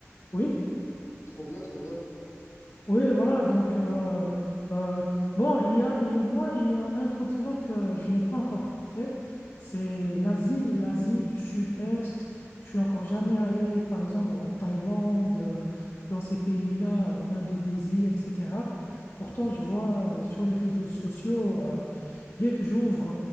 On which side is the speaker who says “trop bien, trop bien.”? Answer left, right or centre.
Left